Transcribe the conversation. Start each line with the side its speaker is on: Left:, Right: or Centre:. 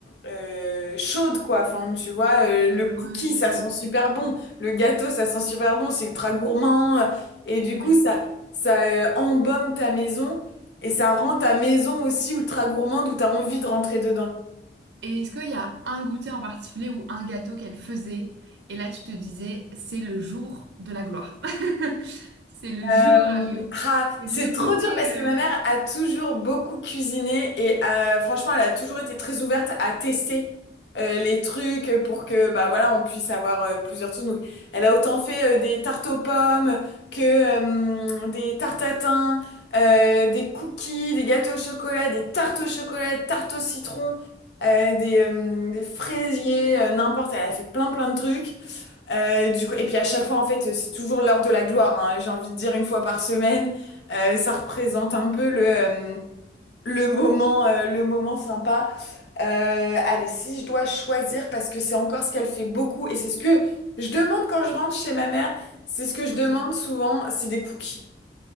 Left: euh, chaudes, quoi. Enfin, tu vois, euh,
Right: Chaleureuse.
Left: le cookie, ça sent super bon.
Right: Mm,
Left: Le gâteau, ça sent super bon. C'est ultra gourmand. Et du
Right: Oui.
Left: coup, ça, ça euh, embaume ta maison. Et ça rend ta maison aussi ultra gourmande où t'as envie de rentrer dedans.
Right: Et est-ce qu'il y a un goûter en particulier ou un gâteau qu'elle faisait et là tu te disais c'est le jour de la gloire. <laughs> C'est le jour,
Left: Euh,
Right: euh,
Left: ah,
Right: c'est
Left: c'est
Right: le
Left: trop
Right: goûter.
Left: dur parce
Right: euh,
Left: que ma mère a toujours beaucoup cuisiné et euh, franchement, elle a toujours été très ouverte à tester euh, les trucs pour que bah voilà, on puisse avoir euh, plusieurs choses. Donc, elle a autant fait euh, des tartes aux pommes que euh, des tartes à thym, euh, des cookies, des gâteaux au chocolat, des tartes au chocolat, des tartes au citron, euh, des, euh, des fraisiers, euh, n'importe. Elle a fait plein plein de trucs. Euh, du coup, et puis à chaque fois, en fait, c'est toujours l'heure de la gloire. hein. J'ai envie de dire une fois par semaine, Euh, ça représente un peu le, euh, le moment, euh, le moment sympa. Euh, allez, si je dois choisir, parce que c'est encore ce qu'elle fait beaucoup, et c'est ce que je demande quand je rentre chez ma mère, c'est ce que je
Right: Ok.
Left: demande souvent, c'est des cookies.